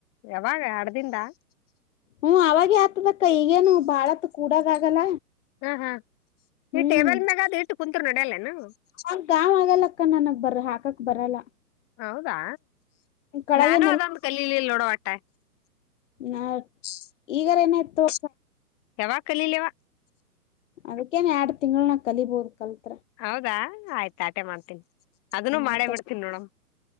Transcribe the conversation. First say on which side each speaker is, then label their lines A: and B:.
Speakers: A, on the left; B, on the left.
A: ಯಾವಾಗ ಅಡ್ದಿಂದ
B: ಹ್ಮ ಅವಾಗ ಆತದ ಅಕ್ಕ ಈಗೇನು ಬಾಳತ್ ಕೂಡಾಗ ಆಗಲ್ಲ
A: ಹಾ ಹಾ ಈ
B: ಹ್ಮ್
A: ಟೇಬಲ್ ಮ್ಯಾಗ ಅದ ಇಟ್ಟು ಕುಂತ್ರು ನಡ್ಯಲ್ಲೇನು
B: ಆ ಗಾಮ್ ಆಗಲ್ಲಕ್ಕ ನನಗ್ ಬರ ಹಾಕಕ್ ಬರಲ್ಲ
A: ಹೌದಾ
B: ಕೆಳಗೆ
A: ನಾನು ಅದೊಂದು ಕಲೀಲೀಲಾ ನೋಡವಟ
B: ಹ ಈಗರ ಏನಾಯ್ತು
A: ಯಾವಗ ಕಲೀಲೇವಾ
B: ಅದಕ್ಕೇನ್ ಎರಡ್ ತಿಂಗಳುಳ ನಾ ಕಲಿಬೋುದು ಕಲ್ಪ
A: ಹೌದಾ ಆಯ್ತ ಆಟೆ ಮಾಡ್ತೀನಿ ಅದನ್ನು
B: ಹ್ಮ
A: ಮಾಡೇ
B: ಆಯ್ತ
A: ಬಿಡ್ತನಿ ನೋಡಮ